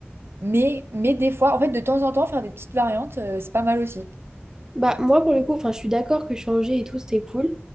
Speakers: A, on the right (about 70°); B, on the right (about 15°).
A: Mais, mais des fois, en fait, de temps en temps, faire des petites variantes, euh, c'est pas mal aussi.
B: Bah, moi, pour le coup, enfin, je suis d'accord que changer et tout, c'est cool.